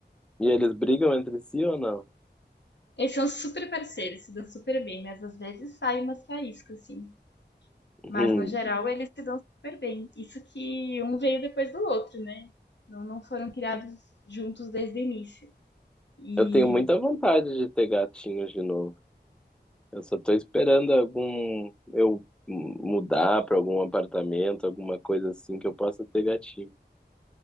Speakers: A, in the centre; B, on the left (about 80°).
A: E eles brigam entre si ou não?
B: Eles são super parceiros, se dão super bem, mas às vezes sai umas faíscas, assim.
A: Uhum.
B: Mas no geral eles se dão super bem. Isso que um veio depois do outro, né? Não, não foram criados juntos desde o início. E
A: Eu tenho muita vontade de ter gatinhos de novo. Eu só tô esperando algum eu m- mudar para algum apartamento, alguma coisa assim que eu possa ter gatinho.